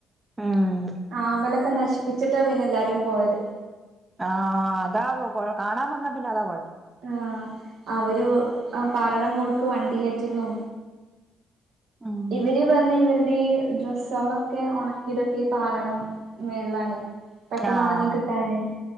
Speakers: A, on the right; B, on the right.
A: ഉം
B: ആമ്പലൊക്കെ നശ്പ്പിച്ചിട്ടാ പിന്നെല്ലാരും പോയത്.
A: ആഹാ അതാ കൊഴ കാണാവന്നാ പിന്നതാ കൊഴപ്പം.
B: ആ അവര് അ പാറടെ മോൾക്ക് വണ്ടി കേറ്റലും
A: ഉം
B: ഇവര് പറഞ്ഞ് ഇവര്ടെ ഈ ഡ്രസ്സാളൊക്കെ ഉണക്കിതൊക്കെ പാറേടേ മേൾളാണ് പെട്ടെന്ന്
A: ആഹ്
B: ഒണങ്ങി കിട്ടാന്